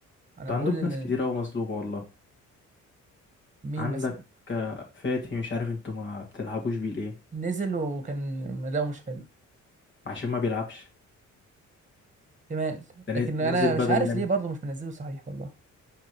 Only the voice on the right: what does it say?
انا
بقول
ان
مين
مثلا
نزل وكان أداؤه مش حلو
احتمال
لكن
انا
مش عارف
ليه برضه مش منزله صحيح والله